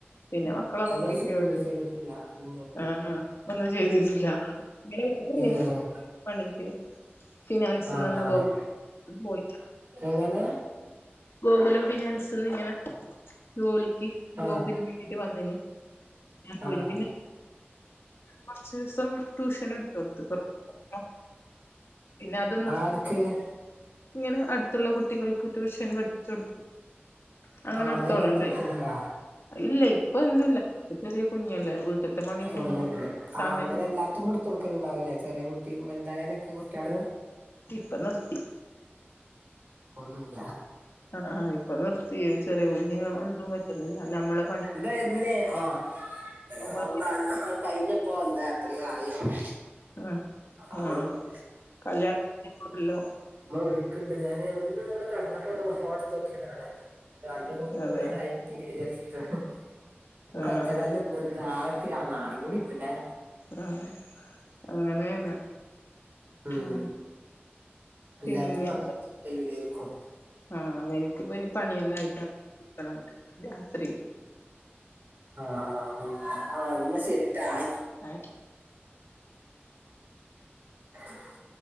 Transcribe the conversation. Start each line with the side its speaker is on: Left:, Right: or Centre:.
Left: പിന്നെ മക്കളെ
Right: അതിന്
Left: നോക്കീട്ട്
Right: ശേഷം ഒന്നും
Left: ഇവിടെ
Right: ഒന്നും ചെയ്തിട്ടില്ല ഒന്നും നോക്കിയില്ല
Left: ആഹ് ഒന്നും ചെയ്തിട്ടില്ല ഇങ്ങന
Right: ഏഹ്
Left: പണിക്ക് ഫിനാൻസ്
Right: ആഹ്
Left: <unintelligible>
Right: ആഹ്
Left: പോയിറ്റാ
Right: എങ്ങനെ
Left: ഗോകുലം ഫിനാൻസ്ന്ന് ഇങ്ങനെ ജോലിക്ക് ജോബിന്
Right: ആഹ്
Left: വന്നിന്ഞാൻ പോര്
Right: ആഹ്
Left: പിന്നെ കുറച്സം ട്യൂഷൻ എട് <unintelligible> പിന്നെ അത് നിർ
Right: ആർക്ക്
Left: ഇങ്ങനെ അടുത്തുള്ള കുട്ടികൾക്ക് ട്യൂഷൻ പഠിപ്പിച്ചു കൊടുക്കും അങ്ങനെ
Right: ആഹ്
Left: എടുത്തോണ
Right: കഴിച്ചു
Left: ണ്ടായി
Right: കൊടുക്കലുണ്ടാ
Left: ഇല്ല ഇപ്പൊ എന്തുല്ലാ ഇപോ ചെറിയ കുഞ്ഞല്ലേ വീട്ടിലത്തെ പണിയും കുഞ്ഞും
Right: ഒന്നില്ല
Left: സമയം
Right: ആ അങ്ങനെ എല്ലാത്തും എടുത്തു കൊടുക്കലണ്ടാവൂല്ല ചെറിയ കുട്ട് ട്യേക്കും വലുതായാലൊക്കെ കുട്ട്യാള്
Left: ഇപ്പ നിർത്തി.
Right: ഒന്നൂല്ലാ
Left: ആഹ് ആഹ് ഇപ്പൊ നിർത്തി ചെറിയ കുഞ്ഞ്ണ്ട് പറ്റുന്നില്ല നമ്മള്
Right: ഇതര്ന്ന് ആ <unintelligible>
Left: നമ്മളെ
Right: കഴിഞ്ഞപ്പോ എന്താ അത്രയ ആയി ആവോ.
Left: അഹ്
Right: ആവണുള്ളൂല്ലേ
Left: ആഹ് കല്യാണ <unintelligible> ല്ലോ
Right: അമ്മ വിളിക്കണ്ട് ഞാൻ ഒന്ന്ടെ ക ഫോത്ത്ക്കിയണ രണ്ടു മൂന്ന്
Left: അതെയ
Right: കോടെൽ ആയി കിട്ടിയെങ്കില വിചരിച്ചിട്ട അഹ് ഇപ്പൊ
Left: ആഹ്
Right: കചണല്ലോ ഇതനാളെത്തെയ ആ നാളെയും കൂടിണ്ട് ല്ലേ
Left: ആഹ് അങ്ങനെന്നെ
Right: ഉം
Left: ആഹ്
Right: എല്ലാർതും
Left: പിന്നെ
Right: നാളെ ഉച്ചക്ക് കയ്യിലെർക്കും.
Left: ആഹ് എനിക്കിപ്പോ ഇനി പണിയെല്ലാ ആയിട്ട നിൽക്കണരാത്രി
Right: അഹ് ആഹ് ആ എന്നാ ശരിട്ട ആ
Left: ആഹ്
Right: ഉ <unintelligible>